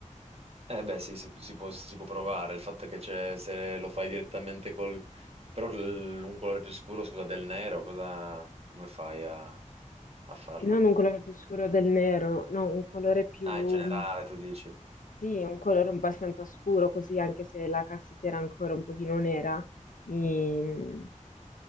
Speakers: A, on the right; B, on the left.
A: Eh beh, sì, si, si può, si può provare. Il fatto è che c'è, se lo fai direttamente col... però l- un colore più scuro, scusa, del nero, cosa... come fai a, a farlo?
B: Non un colore più scuro del nero, no, un colore più
A: Ah, in generale, tu dici.
B: Sì, un colore un po' abbastanza scuro, così anche se la cassetta era ancora un pochino nera, mi-